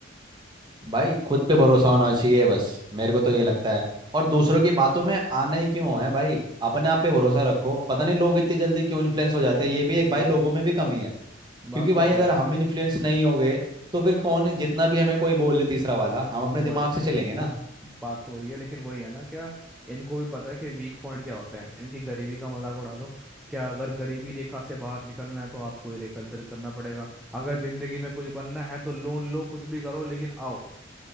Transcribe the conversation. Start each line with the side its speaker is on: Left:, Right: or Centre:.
Right: भाई खुद पे भरोसा होना चाहिए बस मेरे को तो ये लगता है और
Centre: वो
Right: दूसरों
Centre: जो-
Right: की बातों में आने क्यों है भाई अपने आप पे भरोसा रखो पता नहीं लोग इतनी जल्दी क्यों इन्फ्लुएंस हो जाते हैं ये भी
Centre: वो
Right: एक भाई
Centre: है
Right: लोगों में भी कमी है
Centre: बात
Right: क्योंकि
Centre: तो
Right: भाई
Centre: सही
Right: अगर
Centre: है
Right: हम इन्फ्लुएंस नहीं हो गए तो फिर कौन जितना भी हमें कोई बोल ले तीसरा वाला हम अपने
Centre: वो
Right: दिमाग
Centre: है
Right: से चलेंगे ना
Centre: बात तो वही है लेकिन वही है ना क्या इनको भी पता है कि वीक पॉइंट क्या होता है इनकी गरीबी का मजाक उड़ा दो क्या अगर गरीबी रेखा से बाहर निकलना है तो आपको ही रेखा दर करना पड़ेगा अगर जिंदगी में कुछ बनना है तो लोन लो कुछ भी करो लेकिन आओ